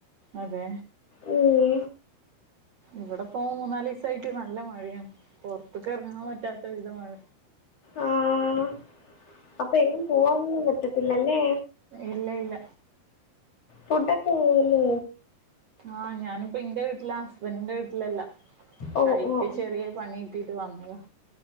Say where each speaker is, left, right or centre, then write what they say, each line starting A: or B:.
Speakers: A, on the right; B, on the left.
A: അതെ
B: ഉം
A: ഇവിടിപ്പോ മൂന്നാല് ദിവസായിട്ട് നല്ല മഴയാണ് പുറത്തക്ക് ഇറങ്ങാൻ പറ്റാത്ത വിധ മഴ
B: ആഹ് അപ്പൊ എങ്ങും പോവാൻ ഒന്നും പ റ്റത്തില്ലല്ലേ
A: ഇല്ല ഇല്ല
B: ഫുഡക്കെങയൊ
A: ആഹ് ഞാനിപ്പ എന്റെ വീട്ടില ഹസ്ബൻഡിന്റെ വീട്ടിലല്ല
B: ഓ
A: കൈക്ക്
B: ഓ ഓ.
A: ചെറിയ പണി കിട്ടിട്ട് വന്നതാ